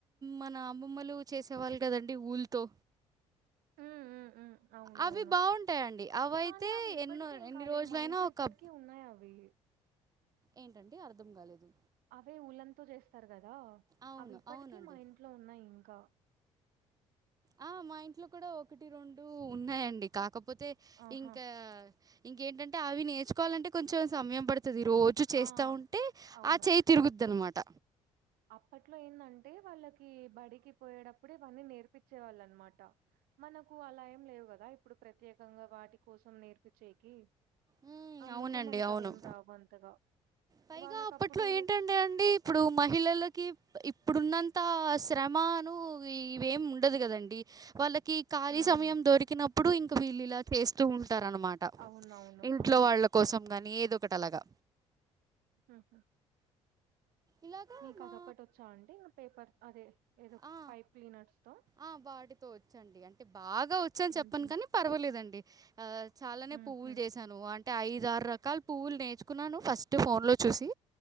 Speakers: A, on the right; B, on the right.
A: మన అమ్మమ్మలు చేసేవాళ్ళు కదండి వూల్ తో
B: హు ఉ ఉ అవునవును
A: అవి బావుంటాయండి. అవైతే
B: కానీ అవి ఇప్పటికి
A: ఎన్నో
B: ఏం
A: ఎన్ని
B: కాలేదు
A: రోజులైనా
B: మా ఇంట్లో
A: ఒక
B: ఇప్పటికి ఉన్నాయి అవి
A: ఏంటండి అర్థం కాలేదు
B: అవే ఉలన్ తో చేస్తారు కదా
A: అవును.
B: అవి ఇప్పటికీ
A: అవునండి.
B: మా ఇంట్లో ఉన్నాయి ఇంకా
A: ఆ మా ఇంట్లో కూడా ఒకటి రెండు ఉన్నాయంండి కాకపోతే
B: ఆహా
A: ఇంకా ఇంకేంటంటే అవి నేచూకోవాలంటే కొంచం సమయం పడుతుది రోజు చేస్తా
B: ఆ
A: ఉంటే
B: అవును
A: ఆ చేయి తిరుగుద్ది అనమాట
B: అప్పట్లో ఏందంటే వాళ్ళకి బడికి పోయేటప్పుడే ఇవన్నీ నేర్పించే వాళ్ళ అనమాట మనకు అలా ఏం లేవు కదా ఇప్పుడు ప్రత్యేకంగా వాటి కోసం నేర్పించేకి
A: హ్మ్.
B: అందుకు
A: అవునండి.
B: మనకు
A: అవును.
B: అవేం రావు అంతగా
A: పైగా
B: వాళ్ళకప్పుడు
A: అప్పట్లో ఏంటంటే అండి ఇప్పుడు మహిళలకి ఇప్పుడున్నంత శ్రమను ఇవేమి ఉండదు కదండి వాళ్లకి ఖాళీ
B: హ్మ్
A: సమయం దొరికినప్పుడు ఇంక వీళ్లు ఇలా చేస్తూ ఉంటారునమాట
B: అవునవును
A: ఇంట్లో
B: అవును
A: వాళ్లు కోసం గాని ఏదొ ఒకటి అలాగా
B: ఆ హ
A: ఇలాగా
B: మీకు
A: మా
B: అదొకటి వచ్చా అండి పేపర్ అదే ఏదో
A: ఆ,
B: పైప్ ప్లీనర్స్ తో
A: ఆ వాటితో వచ్చండి అంటే బాగా వచ్చని
B: హుహు
A: చెప్పను కానీ పర్వాలేదండి అ చాలానే
B: హుహు
A: పువ్వులు చేశాను అంటే ఐద ఆరు రకాల పువ్వులు నేర్చుకున్నాను ఫస్ట్ ఫోన్లో చూసి